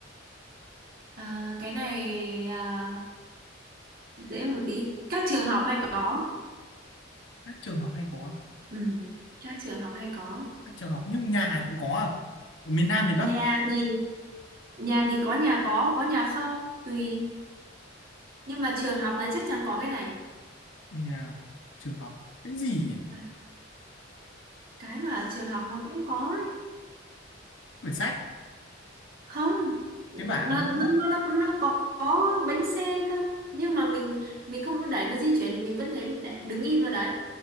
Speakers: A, on the right; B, on the left.
A: à, cái này à, dễ một tí các trường học hay có
B: các trường học hay có
A: ừ. các trường học hay có
B: các trường học nhưng nhà cũng có à ở miền Nam miền
A: nhà
B: Bắc
A: thì nhà thì có nhà có có nhà không tùy nhưng mà trường học là chắc chắn có cái này
B: nhà trường học cái gì nhỉ
A: À, cái mà ở trường học nó cũng có ấy.
B: quyển sách
A: không
B: cái bảng
A: nó nó
B: cái bút
A: nó nó có, có bánh xe cơ nhưng mà mình mình không có đẩy nó di chuyển thì mình vẫn thấy để- đứng im ở đấy